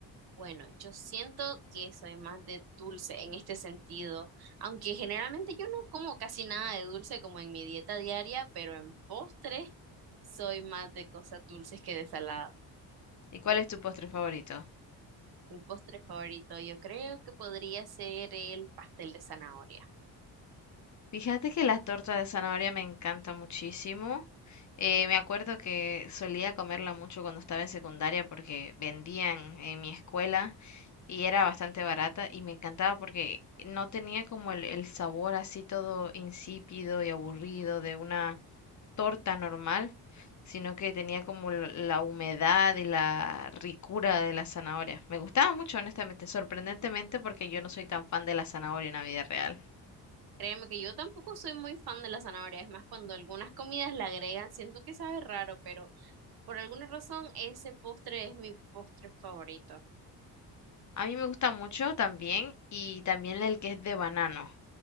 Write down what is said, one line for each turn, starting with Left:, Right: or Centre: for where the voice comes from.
Right: Bueno, yo siento que soy más de dulce en este sentido, aunque generalmente yo no como casi nada de dulce como en mi dieta diaria, pero en postres soy más de cosas dulces que de salado.
Left: ¿Y cuál es tu postre favorito?
Right: Mi postre favorito yo creo que podría ser el pastel de zanahoria.
Left: Fíjate que la torta de zanahoria me encanta muchísimo. Eh, me acuerdo que solía comerla mucho cuando estaba en secundaria porque vendían en mi escuela y era bastante barata y me encantaba porque no tenía como el, el sabor así todo insípido y aburrido de una torta normal, sino que tenía como la la humedad y la ricura de la zanahoria. Me gustaba mucho, honestamente, sorprendentemente porque yo no soy tan fan de la zanahoria en la vida real.
Right: Créeme que yo tampoco soy muy fan de la zanahoria, es más, cuando algunas comidas la agregan, siento que sabe raro, pero por alguna razón ese postre es mi postre favorito.
Left: A mí me gusta mucho también y también el que es de banano,